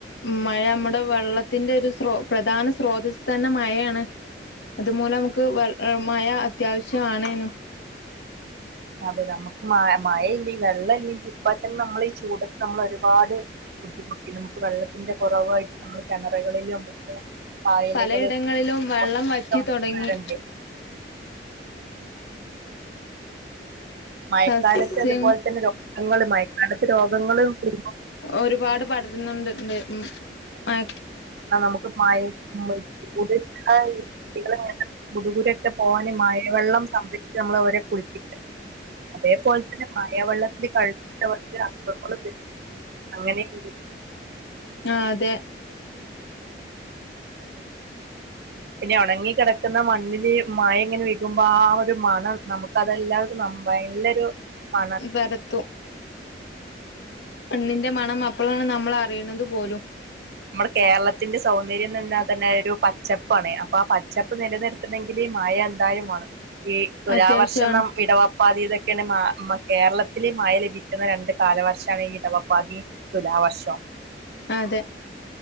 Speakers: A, on the left; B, on the right.
A: മയ മ്മടെ വെള്ളത്തിന്റെ ഒരു സ്രോ പ്രധാന സ്രോതസ് തന്നെ മയയാണ് അതുമൂലം അമക്ക് വ മഴ അത്യാവശ്യാണേനു
B: അതെ നമുക്ക് മയ മയയില്ലെങ്കി വെള്ളം ഇല്ലെങ്കി ഇപ്പ തന്നെ നമ്മളീ ചൂടത്ത് നമ്മളോരുപാട് ബുദ്ധിമുട്ടി നമുക്ക് വെള്ളത്തിന്റെ കുറവായിട്ട് നമ്മള് കിണറകിലും ഒക്കെ പായലുകള്
A: പലയിടങ്ങളിലും വെള്ളം
B: <unintelligible>
A: വറ്റി തുടങ്ങി
B: റുണ്ട് മഴക്കാലത്ത്
A: സസ്യം
B: അതുപോലെ തന്നെ രോഗങ്ങള് മഴക്കാലത്ത് രോഗങ്ങള് കൂടുബോ
A: ഒരുപാട് പടരുന്നുണ്ട്ണ്ട് ഉം മയ
B: ആഹ് നമുക്ക് മയ ചൂട്‌ അയി പിന്നെ ഗുതുഗുലൊക്കെ പോവാന് മയവെള്ളം സംഭരിച്ച് നമ്മളവരെ കുളിപ്പിക്ക അതേപോലെ തന്നെ മായവെള്ളത്തില് കളിച്ചിട്ട് അവർക്ക് അസുഖങ്ങളു വരും അങ്ങനെ <unintelligible>
A: ആഹ് അതെ
B: പിന്നെ ഉണങ്ങി കിടക്ക്ന്ന മണ്ണില് മയ ഇങ്ങനെ വെയ്കുമ്പോ ആ ഒരു മണം നമു അതെല്ലാവരു നബ വയൽനൊരു മണ
A: വരത്തും മണ്ണിന്റെ മണം അപ്പോളാണ് നമ്മള് അറിയണത് പോലും
B: മ്മടെ കേരളത്തിന്റെ സൗന്ദര്യം തന്നെ അതന്നെ ഒരു പച്ചപ്പാണ് അപ്പൊ ആഹ് പച്ചപ്പ് നിലനിർ ത്തണങ്കില് മയ എന്തായാലും വേണം ഈ തുലാ
A: അത്യാവശ്യമാണ്
B: വർഷം ന ഇടവം പ്പാതി ഇതൊക്കെയാണ് മ കേരളത്തില് മയ ലഭിക്കുന്ന രണ്ട് കാലവർഷാണ് ഈ ഇടവപ്പാതി തുലാ വർഷം
A: ആഹ് അതെ